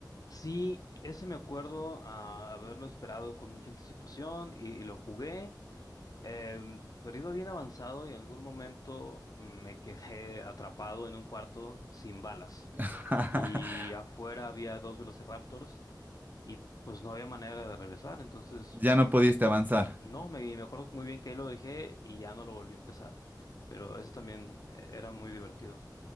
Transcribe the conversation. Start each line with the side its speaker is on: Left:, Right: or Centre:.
Left: Sí, ese me acuerdo ah, haberlo esperado con mucha anticipación y, y lo jugué, em, pero iba bien avanzado y en algún momento me quedé <laughs> atrapado en un cuarto sin balas
Right: <laughs>
Left: y afuera había dos velociraptors y pues no había manera de regresar, entonces
Right: Ya no pudiste avanzar.
Left: no, me, me acuerdo muy bien que ahí lo dejé y ya no lo volví a empezar, pero eso también eh, era muy divertido.